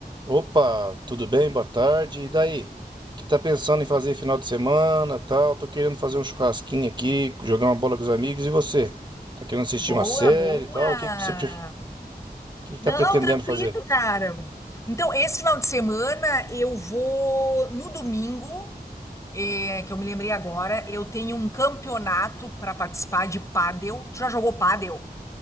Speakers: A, on the right; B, on the left.
A: Opa, tudo bem? Boa tarde. E daí? que tá pensando em fazer final de semana, tal? Tô querendo fazer um churrasquinho aqui, jogar uma bola com os amigos. E você? Tá querendo assistir
B: Boa,
A: uma série,
B: boa.
A: e tal? O que que você pre- o que que
B: Não,
A: tá pretendendo
B: tranquilo,
A: fazer?
B: cara. Então, esse final de semana eu vou no domingo, eh, que eu me lembrei agora, eu tenho um campeonato para participar de pádel. Tu já jogou pádel?